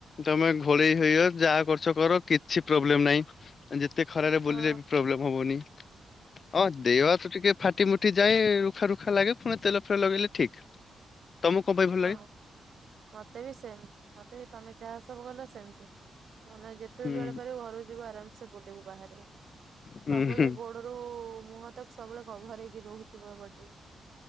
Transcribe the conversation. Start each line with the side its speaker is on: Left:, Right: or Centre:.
Left: ତମେ ଘୋଡେଇ ହେଇଅ ଯାହା କରୁଛ କର କିଛି ପ୍ରୋବ୍ଲେମ ନାହିଁ ଜେତେ ଖରାରେ
Right: ହଁ
Left: ବୁଲିଲେ ବି ପ୍ରୋବ୍ଲେମ ହବନି ହଁ ଦେ ଟିକେ ଫାଟି ମୁୁଟି ଯଏ ରୁଖା ରୁଖା ଲାଗେ ପୁଣି ତେଲ ଫେଲ ଲଗେଇଲେ ଠିକ। କପାଇଁ ଭଲ
Right: ହଁ
Left: ଲାଗେ?
Right: ମତେ ବି ସେମ୍ ମତେ ବି ତମେ ଯାହା ସବୁ କଲ ସେମତି। ନନେ ଯେତେବେଳେ
Left: ହୁଁ
Right: ଯୁଆଡେ ପାରିବୂ ଘରକୁ ଯିବୁ ଆରାମସେ ବୁଲିବୁ ବାହାରେ।
Left: ହୁଁ
Right: ସବୁବେଳେ
Left: ହୁଁ
Right: ଗୋଡ ରୁ ମୁହଁ ତ ସବୁବେଳେ କଭର ହେଇକି ରହୁଥିବ ଏ ବଟେ।